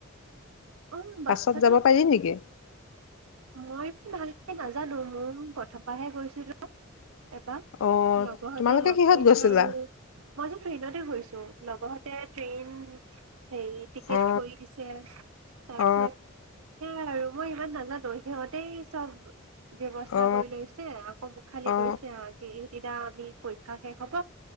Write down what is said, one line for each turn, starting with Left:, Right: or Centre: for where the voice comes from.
Right: অ বাচ্ছাটো
Left: পাছত যাব পাৰি নেকি?
Right: মই ভালকে নাজানো মোৰ প্ৰথপাহে গৈছিলো। এবাৰ
Left: অ
Right: লগহতে
Left: তোমালোকে
Right: লগ
Left: কিহত
Right: ধইছে
Left: গৈছিলা
Right: আৰু মই যে ফ্ৰেইণ্ডতে গৈছো লগহতে টে-ট্ৰেইন। হে টিকেট
Left: অ
Right: কৰি দিছে, তাৰপিছত
Left: অ অ
Right: সেইয়া আৰু। মই ইমান নাজানো সিহঁতেই চব ব্যৱস্থা
Left: অ অ
Right: কৰি লৈছে আকৌ মোকখ খালি
Left: অ
Right: কৰিছে তেওঁ ৰাতি সেইদিনা এই পৰীক্ষাও শেষ হ'ব